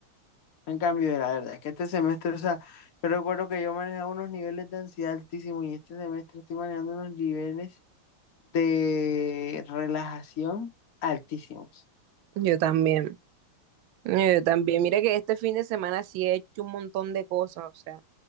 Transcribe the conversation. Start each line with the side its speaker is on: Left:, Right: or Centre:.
Left: En cambio, la verdad es que este semestre, o sea, yo recuerdo que yo manejaba unos niveles de ansiedad altísimos y este semestre estoy manejando unos niveles de relajación altísimos.
Right: Yo también. No, Yo también, mira que este fin de semana sí he hecho un montón de cosas, o sea,